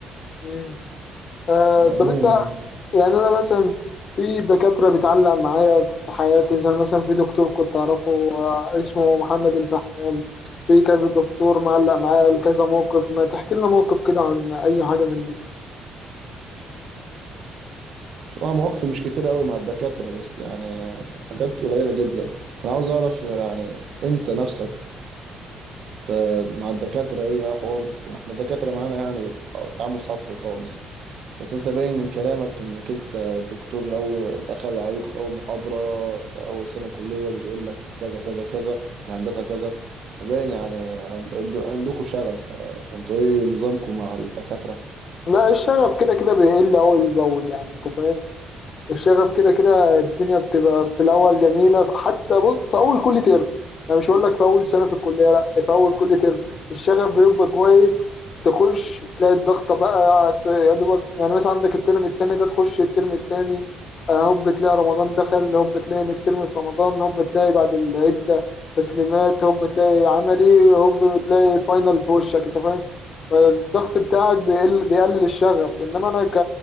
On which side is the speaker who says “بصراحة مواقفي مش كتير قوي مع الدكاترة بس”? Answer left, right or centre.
Right